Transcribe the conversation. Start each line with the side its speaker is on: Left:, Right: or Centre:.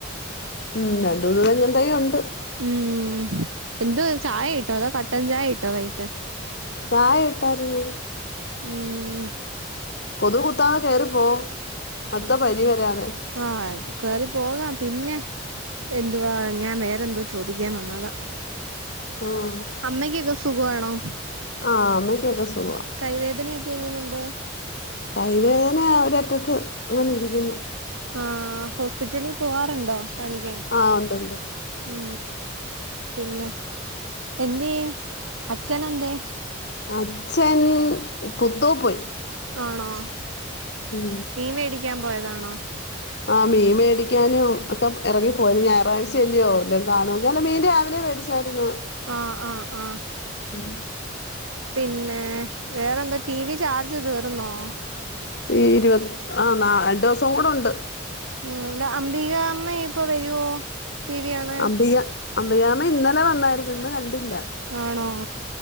Left: ഉം രണ്ടൂന്ന് തെങ്ങും തൈയൊണ്ട്
Right: ഉം എന്തുവ ചായയിട്ടോ അതോ കട്ടൻചായിട്ടൊ വൈട്ട്
Left: ചായ ഇട്ടായിരുന്നു
Right: ഉം
Left: കൊതുകുത്താതെ കേറിപ്പോ അടുത്ത പനി വരാതെ
Right: ആഹ് ത് കേറി പോകാം പിന്നെ എന്തുവാ ഞാൻ വേറെന്തോ ചോദിക്കാൻ വന്നതാ
Left: ആഹ്
Right: അമ്മയ്ക്കൊക്കെ സുഖവാണോ
Left: ആഹ് അമ്മയ്ക്കെക്കെ സുഖവ
Right: കൈവേദനേക്കെ എങ്ങനുണ്ട്
Left: കൈവേദന ഒരറ്റത്ത് അങ്ങനെ ഇരിക്കുന്ന്
Right: ആഹ് ഹോസ്പിറ്റലി പോവാറുണ്ടോ കാണിക്കാൻ
Left: ആഹ് ഒണ്ടൊണ്ട്
Right: ഉം പിന്നെ എന്ത്യേ അച്ഛനെന്തേ
Left: അച്ഛൻ പുത്തു പോയി
Right: ആണോ
Left: ഉം
Right: മീമ്മേടിക്കാൻ പോയതാണോ
Left: ആഹ് മീൻ മേടിക്കാനും ഒക്കെ എറങ്ങിപ്പോയു ഞായറാഴ്ച അല്ല്യോ വല്ലോകാണൂങ്കി അല്ല മീൻ രാവിലെ മേടി ച്ചാര്ന്ന്
Right: ആഹ് ആഹ് ആഹ്
Left: ഉം
Right: പിന്നെ വേറെന്തോ ടി വി ചാർജ് തീർന്നോ
Left: ഈ ഇരുവത് ആഹ് നാള് രണ്ടൂസം കൂടോണ്ട്
Right: ഉം അല്ല അംബികാമ്മ ഇപ്പൊ വരുവോ ടി വി കാണാൻ
Left: അംബിക അംബികാമ ഇന്നലെ വന്നാരുന്നു ഇന്ന് കണ്ടില്ല
Right: ആണോ